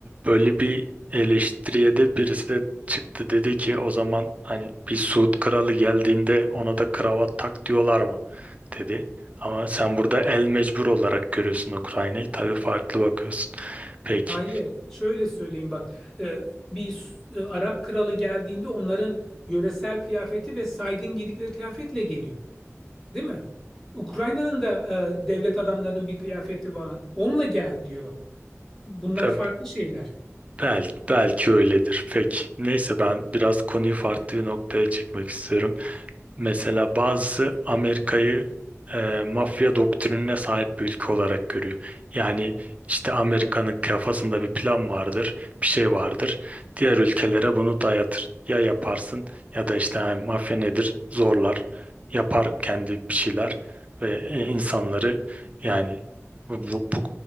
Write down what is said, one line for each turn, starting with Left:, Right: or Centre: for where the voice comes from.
Right: böyle bir eleştiriye de birisi de çıktı dedi ki o zaman hani bir Suud kralı geldiğinde ona da kravat tak diyorlar mı dedi. Ama sen burada el mecbur olarak görüyorsun Ukrayna'yı tabii farklı bakıyorsun. Peki
Centre: Hayır. Şöyle söyleyeyim bak. E, bir s- e, Arap kralı geldiğinde onların yöresel kıyafeti ve saygın giydikleri kıyafetle geliyor. Değil mi? Ukrayna'nın da e, devlet adamlarının bir kıyafeti var. Onunla gel diyor. Bunlar
Right: Be-
Centre: farklı şeyler.
Right: belki belki öyledir. Peki neyse ben biraz konuyu farklı bir noktaya çekmek istiyorum. Mesela bazısı Amerika'yı e, mafya doktrinine sahip bir ülke olarak görüyor. Yani işte Amerika'nın kafasında bir plan vardır, bir şey vardır. Diğer ülkelere bunu dayatır. Ya yaparsın ya da işte hani mafya nedir? Zorlar. Yapar kendi bir şeyler ve e, insanları yani bu, bu, bu,